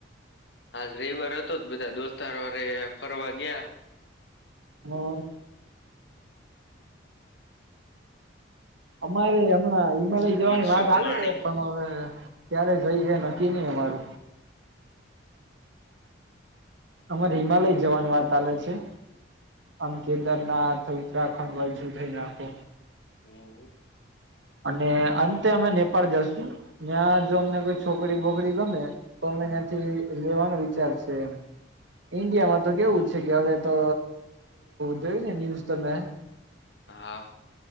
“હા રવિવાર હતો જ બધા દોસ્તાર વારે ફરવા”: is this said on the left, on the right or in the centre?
Left